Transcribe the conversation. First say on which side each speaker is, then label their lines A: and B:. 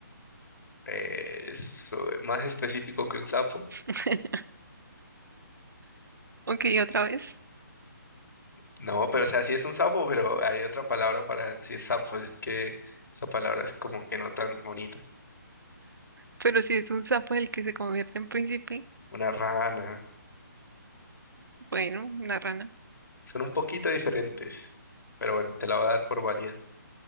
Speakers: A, on the left; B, on the right.
A: Eh, es eh, más específico que un sapo.
B: <laughs> Ok, otra vez.
A: No, pero o sea, sí es un sapo, pero hay otra palabra para decir sapo, así que esa palabra es como que no tan bonita.
B: Pero si es un sapo el que se convierte en príncipe,
A: Una rana.
B: bueno, una rana.
A: Son un poquito diferentes. Pero bueno, te la voy a dar por válida.